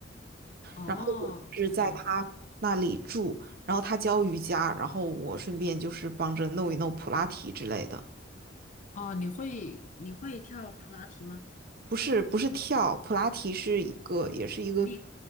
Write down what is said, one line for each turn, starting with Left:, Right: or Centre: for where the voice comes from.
Left: 哦，
Right: 然后我是在他那里住，
Left: 对，
Right: 然后他教瑜伽，然后我顺便就是帮着弄一弄普拉提之类的。
Left: 哦，你会你会跳普拉提吗？
Right: 不是不是跳，普拉提是一个也是一个
Left: 你，